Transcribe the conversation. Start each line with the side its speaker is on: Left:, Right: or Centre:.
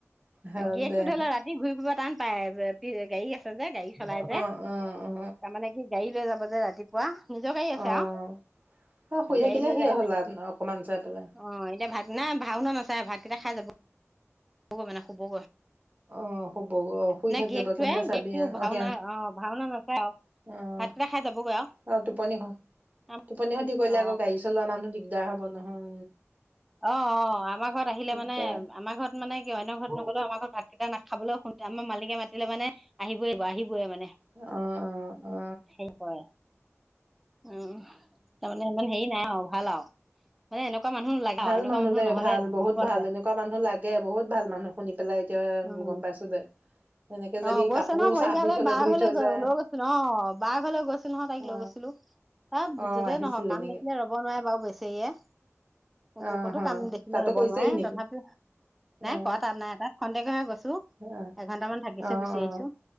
Right: হওক
Centre: কেক
Right: দে
Centre: টো ধৰি লোৱা ৰাতি ঘূৰি ফু টান পায় <unintelligible> গাড়ী আছে যে গা়ড়ী চলাইজে
Right: অ অ অ
Centre: তামানে কি গাড়ী লৈ যাব বজে ৰাতিপুৱা নিজৰ গাড়ী আছে
Right: অ',
Centre: আৰু
Right: অ', শুই থাকিলে
Centre: গাড়ী লৈ
Right: সে
Centre: যায়
Right: হ'ল
Centre: যে
Right: আৰু অকমান চাই পেলাই।
Centre: অ এতিয়া ভাত নাই ভাওনা নাচাই ভাতকেইটা খাই যাবগৈ <inaudible> মানে শুবগৈ
Right: অ', হ'ব অ', শুই
Centre: নে
Right: থাকে
Centre: গিৰিয়েকটোৱে
Right: ব ত চাবি
Centre: গিৰিয়েকটো ভাওনা
Right: অ সেন
Centre: ভাওনা নাচায় আৰু
Right: অ',
Centre: ভাতকেইটা খাই যাবগৈ
Right: অ', টোপনি
Centre: আৰু
Right: টোপনি খতি কৰিলে
Centre: অ
Right: আকৌ গাড়ী চলোৱা মানুহ দিগদাৰ হ'ব নহয়।
Centre: অ', অ', আমাৰ ঘৰত আহিলে
Right: দিগদাৰ
Centre: মানে, আমাৰ ঘৰত মানে অন্য ঘৰত নগ'লেও আমাৰ ঘৰত ভাত কেইটা নাখাবও শ আমাৰ মালিকে মাতিলে মানে আহিবই আহিবই মানে
Right: অ অ
Centre: সে কৰে। উম', তাৰমানে ইমান হেই নাই অ'। ভাল আৰু মানে এনেকুৱা মানুহ লাগে
Right: ভাল
Centre: আৰু এনেকুৱা
Right: মানুহ দে
Centre: নহ'লে
Right: ভাল বহুত
Centre: বিপদ
Right: ভাল
Centre: হয়।
Right: এনেকুৱা মানুহ লাগে বহুত ভাল মানুহ শুনি পেলাই এতিয়া
Centre: উম,
Right: গম পাইছো দে। এনেকে যদি
Centre: অ', গৈছে
Right: কাপোৰ
Centre: নহয়, মৰিগাওঁলৈ
Right: চাফ দি থলে
Centre: বহ
Right: ধুই
Centre: ঘৰলৈ
Right: থৈ
Centre: গৈ
Right: যায়
Centre: লৈ গৈছিলো অ', বা ঘৰলৈ গৈছিলো নহয় তাইক
Right: অ
Centre: লৈ গৈছিলো, ত
Right: অ
Centre: যতেই
Right: আহিছিলে
Centre: নহয় কাম
Right: নেকি
Centre: দেখিলে ৰ'ব নোৱাৰে বাৰু বেছি সেয়ে য',
Right: অ
Centre: কতো
Right: হ
Centre: কাম দেখিলে
Right: তাতো
Centre: ৰব
Right: কৰিছেহি
Centre: নোৱাৰে
Right: নেকি
Centre: তথাপিও নাই
Right: অ
Centre: কোৱা তাত নাই তাত খন্দেকে হৈ গৈছো
Right: অ
Centre: এঘন্টামান থাকিল
Right: অ
Centre: আহিছো,
Right: অ